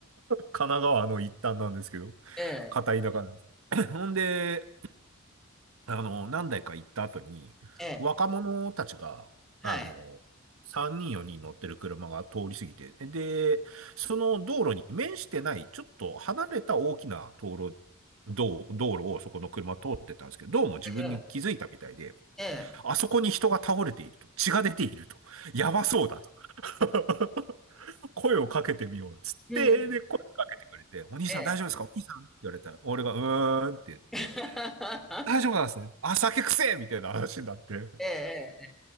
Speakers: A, on the right (about 75°); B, in the centre.
A: 神奈川の一端なんですけど、
B: ええ。
A: 片田舎なんです。<laughs> ほんで、あの、何台か行った後に、
B: ええ。
A: 若者たちが、
B: はい。
A: あの、3人4人乗ってる車が通り過ぎて、で、その道路に面してない、ちょっと離れた大きな道路、道、道路をそこの車通ってたんですけど、どうも自分に気づいたみたいで、
B: ええ。ええ。
A: あそこに人が倒れていると、血が出ていると、やばそうだと。<laughs> 声をかけてみようっつって、
B: うん。
A: で、声をかけてくれて、お兄さん大丈夫ですかお兄さんって言われたら、
B: ええ。
A: 俺がうーんって言って、
B: <laughs>
A: 大丈夫なんですね。あ、酒くせえみたいな話になって、
B: えええ